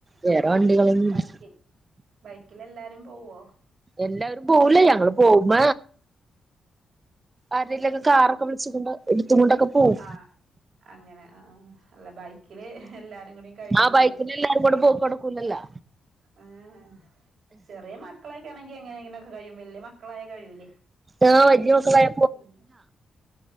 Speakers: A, on the right (about 25°); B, on the right (about 60°).
A: വേറെ വണ്ടികളൊന്നുല്ല
B: ബൈക്കിൽ ബൈക്കിൽ എല്ലാരും പോവോ
A: എല്ലാരും പോവൂലേ ഞങ്ങള് പോവുമ്പ ആരെലൊക്കെ
B: ആ
A: കാറൊക്കെ
B: ആ.
A: വിളിച്ചൊണ്ട് എടുത്തുകൊണ്ടൊക്കെ പോവും.
B: ആ, അങ്ങനെ ആഹ് അല്ല ബൈക്കില് എല്ലാരും കൂടിം കയ്യുലല്ലോ
A: ആ ബൈക്കിന് എല്ലാരും കൂടെ പോക്ക് നടക്കൂലല്ലോ
B: എഹ് എഹ് ചെറിയ മക്കളെ ക്ക്യാണെങ്ങി എങ്ങെനേനൊക്കെ കഴിയും വല്യ മക്കളായ കഴിയൂലേ
A: ആഹ് വല്യമക്കളായ
B: ഉം